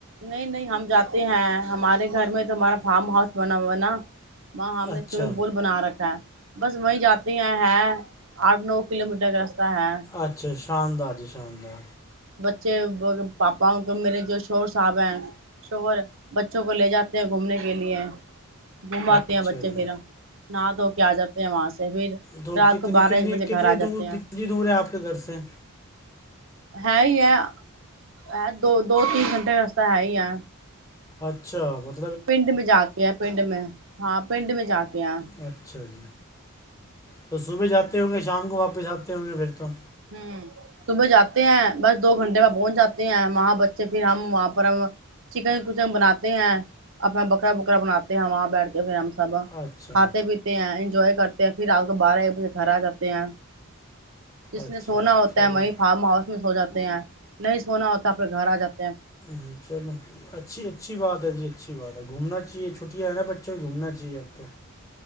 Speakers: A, on the right (about 60°); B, on the left (about 15°).
A: نہیں نہیں ہم جات ہیں ہمارے گھر میں تو ہمارا فارم ہاؤس بنا ہوا نا وہاں ہم
B: اچھا
A: نے سوئمنگ پول بنا رکھا ہے بس وہیں جاتے ہیں ہے آٹھ نو کلو میٹر کا راتے آ ہاں
B: اچھا شاندار چانندہ
A: بچے پاپاؤ کے میرے جو شور صاحب ہیں شور بچوں کو لے جاتے ہیں گھومنے کے لیے گوماتے
B: اچھا
A: ہیں بچے
B: جی
A: پھرا نہ تو کیا جاتے ہیں وہاں سے پھر
B: تو
A: رات
B: کتنے
A: کو بارہ
B: کتنی
A: ایک بجے
B: کتنی
A: گھر آ جاتے
B: دور
A: ہیں
B: کتنی دور ہے آپ کے گھر سے
A: ہے ہی ہے ہے دو دو تین گھنٹے کا رستہ ہے ہی ہے
B: اچھا مطب
A: پنڈ میں جا کے ہے پنڈ میں ہاں پنڈ میں جا کے ہیں
B: اچھا جی تو صبح جاتا تے ہوں گے شام کو واپس آتے ہوں گے پھر تو
A: ہ صبح جاتے ہیں بس دو گھنٹے میں پہنچ جاتے ہیں وہاں بچے پھر ہم وہاں پر ہم چکن کچن بناتے ہیں اپنا بکرا بکرا بناتے ہیں وہاں بیٹھ کے پھر ہم سب
B: اچھا
A: کھاتے پیتے ہیں انجوائے کرتے ہیں پھر آپ کو بارہ ایک بجے گھر آ جاتے ہیں جس
B: اچھا
A: نے سونا ہوتا
B: چلو
A: ہے وہیں فارم ہاؤس سو جاتے ہیں نہیں سونا ہوتا پھر گھر آ جاتا
B: ہ چلو اچھی اچھی بات ہے جی اچھی بات ہے گھومنا چاہیے چھٹیاں ہیں نا بچوں گھومنا چاہیے اب تو